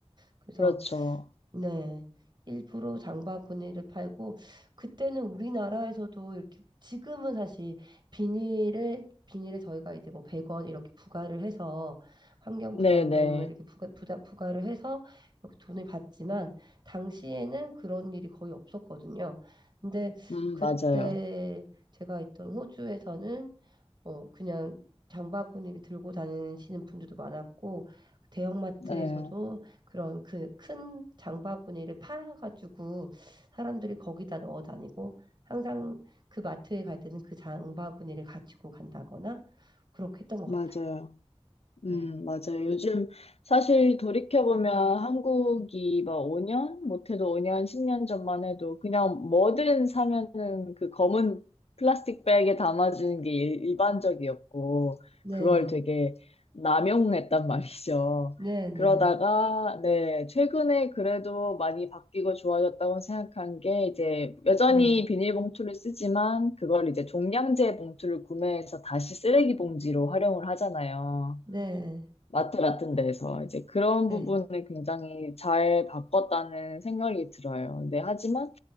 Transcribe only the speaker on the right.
그래서
네. 일부러 장바구니를 팔고 그때는 우리나라에서도 이렇게 지금은 사실 비닐에 비닐에 저희가 이제 뭐 100원 이렇게 부과를 해서 환경
부담금을 이렇게 부가, 부다, 부과를 해서 이렇게 돈을 받지만 당시에는 그런 일이 거의 없었거든요. 근데
그때
제가 있던 호주에서는 어, 그냥 장바구니를 들고 다니시는 분들도 많았고, 대형마트에서도
그런 그 큰 장바구니를 팔아가지고 사람들이 거기다 넣어 다니고, 항상 그 마트에 갈 때는 그 장바구니를 가지고 간다거나, 그렇게 했던 것
같아요.
네.
네.
네, 네,
네,
네,
네.